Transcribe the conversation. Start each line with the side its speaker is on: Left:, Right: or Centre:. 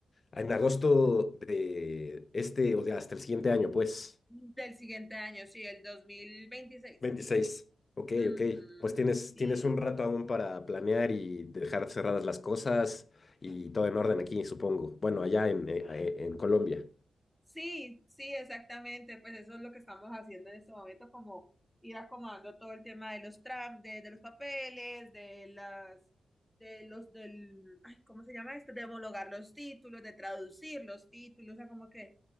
Left: En agosto de este, o de hasta el siguiente año, pues.
Centre: del siguiente año, sí, el 2026.
Left: 26. Ok,
Centre: Ujú,
Left: ok. Pues tienes,
Centre: sí.
Left: tienes un rato aún para planear y dejar cerradas las cosas y todo en orden aquí, supongo. Bueno, allá en, eh, eh, en Colombia.
Centre: Sí, sí, exactamente. Pues eso es lo que estamos haciendo en este momento, como ir acomodando todo el tema de los tram, de, de los papeles, de las, de los, del, ay, ¿cómo se llama esto? De homologar los títulos, de traducir los títulos, o sea, como que